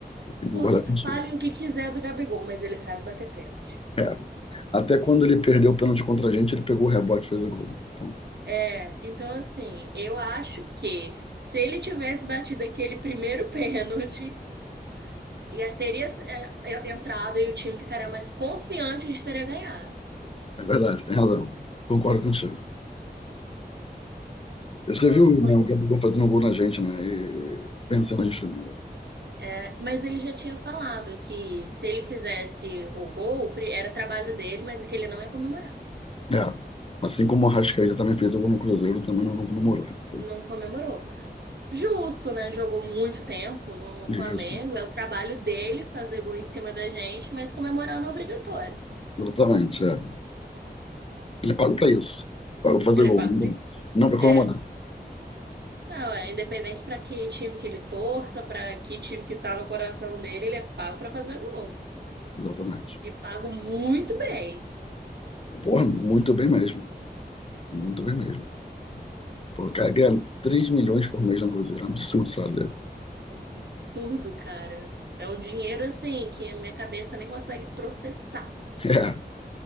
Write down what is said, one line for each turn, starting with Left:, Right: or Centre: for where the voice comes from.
Left: Eu tenho
Right: Porque
Left: que concordar contigo.
Right: falem o que quiser do Gabigol, mas ele sabe bater pênalti.
Left: É, até quando ele perdeu o pênalti contra a gente, ele pegou o rebote e fez o gol. né? Então,
Right: É, então assim, eu acho que se ele tivesse batido aquele primeiro <laughs> pênalti, já teria é, é, entrado e o time ficaria mais confiante de teria ganhado.
Left: é verdade, tem razão. Concordo contigo. Você
Right: Não,
Left: viu,
Right: quando-
Left: né, o Gabigol fazendo gol na gente, né? E vencendo a gente domingo.
Right: é, mas ele já tinha falado que se ele fizesse o gol, pri- era trabalho dele, mas é que ele não ia comemorar.
Left: É, assim como o Arrascaeta também fez o gol no Cruzeiro, também não, não comemorou. né? Foi
Right: Não comemorou. Justo, né? Jogou muito tempo no
Left: difícil.
Right: Flamengo. É o trabalho dele fazer gol em cima da gente, mas comemorar não é obrigatório.
Left: Exatamente, é. Ele paga pra isso. Paga pra fazer
Right: Ele
Left: gol,
Right: é pago
Left: não,
Right: pra isso?
Left: não pra
Right: É,
Left: comemorar.
Right: não, é independente para que time que ele torça, para que time que tá no coração dele, ele é pago para fazer gol.
Left: Exatamente.
Right: E pago muito bem.
Left: Porra, muito bem mesmo. Muito bem mesmo. Pô, o cara ganha 3 milhões por mês no Cruzeiro. É um absurdo o salário dele.
Right: Absurdo, cara. É um dinheiro assim que a minha cabeça nem consegue processar.
Left: <laughs> É.